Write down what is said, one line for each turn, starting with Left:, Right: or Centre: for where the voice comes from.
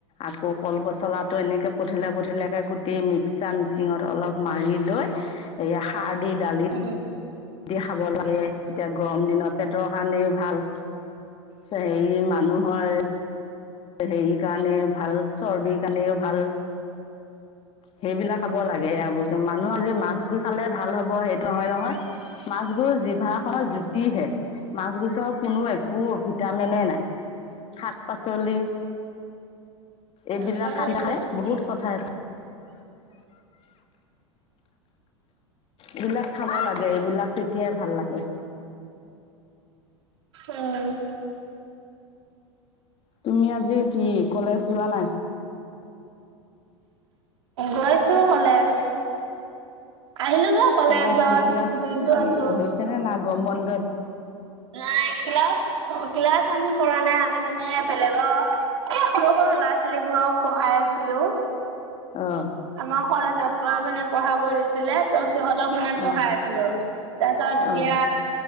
Left: আকৌ কলপচলাটো এনেকে পঠিলা পঠিলাকে কুটি মিক্সাৰ মিচিঙত অলপ মাৰি লৈ সেয়া সাৰ দি দালি
Right: উম
Left: দি খাব লাগে এতিয়া গৰম দিনত পেটৰ কাৰণেও ভাল হেৰি মানুহৰ, হেৰি কাৰণে ভাল চৰ্বিৰ কাৰণেও ভাল সেইবিলাক খাব লাগে। এৰা বস্তু
Right: অ',
Left: মানুহৰ যে মাছ গুছ খালে ভাল হ'ব সেইটো নহয় নহয় মাছ গুছ জিভা খনৰ জুতিহে মাছ গুছৰ কোনো একো ভিটামিনে নাই শাক পাচল চলি এইবিলাকে
Right: নাচায়
Left: বহুত
Right: দিয়ে
Left: কথাই এইবিলাক খাব লাগে এইবিলাক তেতিয়াই ভাল লাগে।
Right: উম
Left: তুমি আজি কি কলেজ যোৱা নাই?
Right: গৈছো কলেজ। আহিলো গৈ কলেজত
Left: কলেজ কি ক্লাছ
Right: দিনটো
Left: কি
Right: আছো
Left: হৈছেনে না গম বন্ধত
Right: নাই ক্লাছ ক্লাছ মানে কৰা নাই আমি মানে বেলেগৰ এই সৰু সৰু ল'ৰা ছোৱালীবোৰক পঢ়াই আছিলো।
Left: অ
Right: আমাৰ কলেজৰ পৰা মানে পঢ়াব দিছিলে। তো সিহঁতক মানে পঢ়াই
Left: অঁ
Right: আছিলো। তাৰপিছত এতিয়া
Left: অঁ